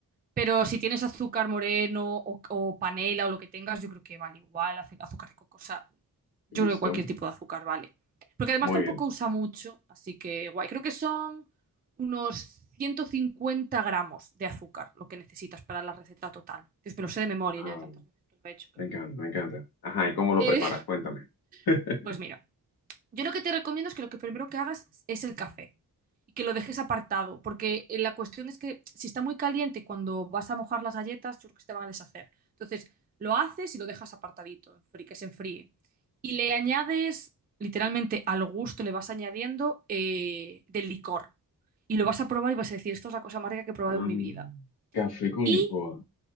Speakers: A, on the right; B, on the left.
A: pero si tienes azúcar moreno o, o panela o lo que tengas, yo creo que vale igual, azu- azúcar de coco, o sea, Yo
B: Listo.
A: creo que cualquier tipo de azúcar vale. Porque además
B: Muy
A: tampoco
B: bien.
A: usa mucho, así que guay. Creo que son unos 150 gramos de azúcar lo que necesitas para la receta total. Dios, me lo sé de memoria
B: Ah,
A: ya de tantas veces que lo he hecho. qué
B: me
A: locura.
B: encanta, me encanta. Ajá, ¿y cómo lo
A: Eh,
B: preparas? Cuéntame. <laughs>
A: <laughs> pues mira, yo lo que te recomiendo es que lo que primero que hagas es el café y que lo dejes apartado, porque eh, la cuestión es que si está muy caliente cuando vas a mojar las galletas, yo creo que se te van a deshacer. Entonces, lo haces y lo dejas apartadito, enfri- que se enfríe. Y le añades, literalmente al gusto le vas añadiendo eh, del licor. Y lo vas a probar y vas a decir, esto es la cosa más rica que he probado
B: Mm,
A: en mi vida.
B: café con
A: Y,
B: licuado.